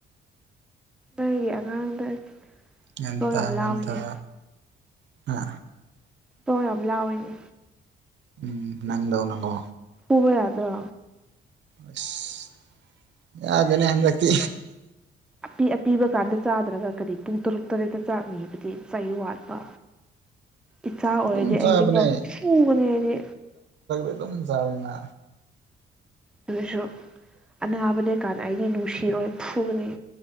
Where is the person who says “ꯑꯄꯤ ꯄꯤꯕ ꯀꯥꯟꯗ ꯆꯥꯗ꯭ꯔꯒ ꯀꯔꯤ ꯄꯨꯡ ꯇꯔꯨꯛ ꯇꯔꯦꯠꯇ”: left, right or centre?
Centre